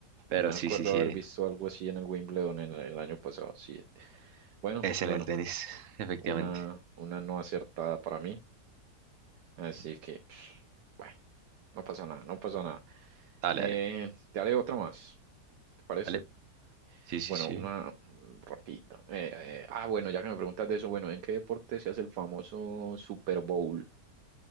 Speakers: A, on the right (about 55°); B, on the right (about 80°).
A: pero
B: Me
A: sí,
B: acuerdo
A: sí, sí,
B: haber visto algo así en el Wimbledon en el, el año pasado. Sí. Bueno,
A: es
B: bueno,
A: en el tenis, <laughs> efectivamente.
B: una, una no acertada para mí. Así que, pf, bueno, no pasa nada, no pasa nada.
A: Dale,
B: Eh,
A: dale,
B: te haré otra más, ¿te parece?
A: dale. Sí, sí,
B: Bueno,
A: sí.
B: una mm, rapidita. Eh, eh, ah, bueno, ya que me preguntas de eso, bueno, ¿en qué deporte se hace el famoso Super Bowl?